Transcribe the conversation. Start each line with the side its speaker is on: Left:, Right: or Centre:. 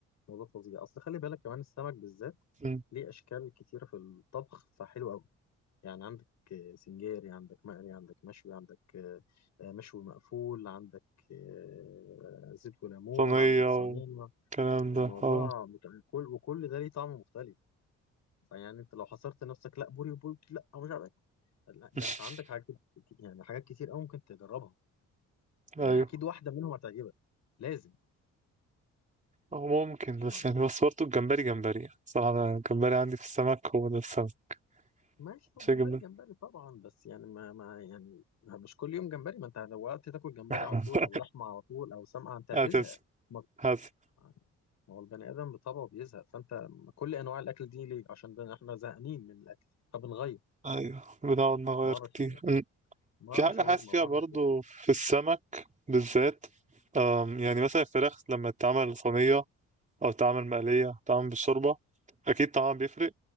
Left: موضوع فظيع أصل خلي بالك كمان السمك بالذات
Right: مم.
Left: ليه أشكال كتيرة في الطبخ فحلو أوي يعني عندك آه، سنجاري عندك مقلي عندك مشوي عندك آه، آه، مشوي مقفول عندك آه، زيت وليمون
Right: صينية
Left: عندك صينية
Right: والكلام
Left: الموضوع
Right: ده اه
Left: مت... كل وكل ده ليه طعم مختلف فيعني انت لو حصرت نفسك لا بوري وبولتي لا مش عارف إيه. لا ده
Right: <laughs>
Left: انت عندك حاجات كت- يعني حاجات كتير قوي ممكن تجربها يعني
Right: ايوه
Left: اكيد واحده منهم هتعجبك لازم
Right: أو ممكن
Left: مش
Right: بس
Left: مع...
Right: يعني بس برضه الجمبري جمبري يعني صراحة أنا الجمبري عندي في السمك هو ده السمك
Left: ماشي هو
Right: مش
Left: الجمبري
Right: الجمبري
Left: جمبري طبعا بس يعني ما, ما يعني ما مش كل يوم جمبري ما انت لو وقت تاكل جمبري
Right: <laughs>
Left: على طول او لحمه على طول او سمك انت هتزهق
Right: هتس
Left: ما
Right: هتس
Left: يعني هو البني ادم بطبعه بيزهق فانت كل انواع الاكل دي ليه عشان بن- احنا زهقانين من الاكل فبنغير
Right: ايوه بنقعد نغير
Left: مره
Right: كتير
Left: شاورما
Right: أم،
Left: مره
Right: في حاجة
Left: شاورما
Right: حاسس فيها
Left: مره
Right: برضو
Left: كده
Right: في السمك بالذات أم، يعني مثلا الفراخ لما تتعمل صينية أو تتعمل مقلية تتعمل بالشوربة أكيد طعمها بيفرق